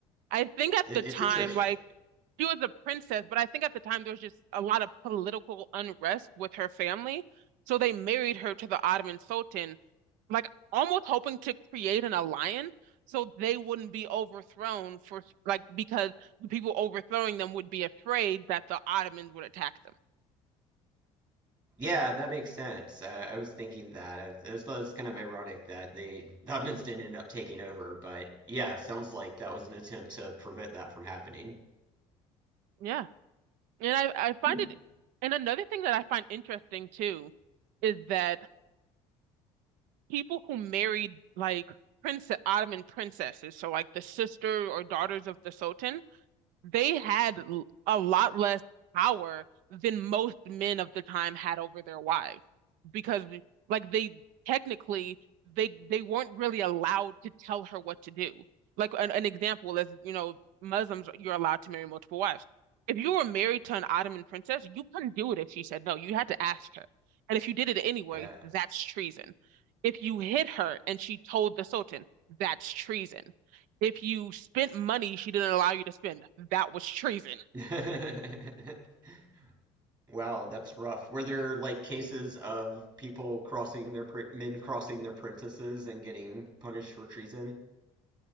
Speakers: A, on the right; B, on the right.
A: I think at
B: it-
A: the time,
B: it's interesting.
A: like she was a princess, but I think at the time there was just a lot of political unrest with her family. So they married her to the Ottoman Sultan, like almost hoping to create an alliance so they wouldn't be overthrown for like because the people overthrowing them would be afraid that the Ottomans would attack them.
B: Yeah, that makes sense. Uh, I was thinking that. It was, it was kind of ironic that they the Ottomans didn't end up taking over, but yeah, it sounds like that was an attempt to prevent that from happening.
A: Yeah. And I, I find
B: Hmm.
A: it, and another thing that I find interesting too is that people who married like prince Ottoman princesses, so like the sister or daughters of the Sultan, they had a lot less power than most men of the time had over their wives because like they technically they they weren't really allowed to tell her what to do. Like an, an example is, you know, Muslims, you're allowed to marry multiple wives. If you were married to an Ottoman princess, you couldn't do it if she said no. You had to ask her. And if you did it anyway,
B: Yeah.
A: that's treason. If you hit her and she told the Sultan, that's treason. If you spent money she didn't allow you to spend, that was treason.
B: <laughs> Wow, that's rough. Were there like cases of people crossing their pr men crossing their princesses and getting punished for treason?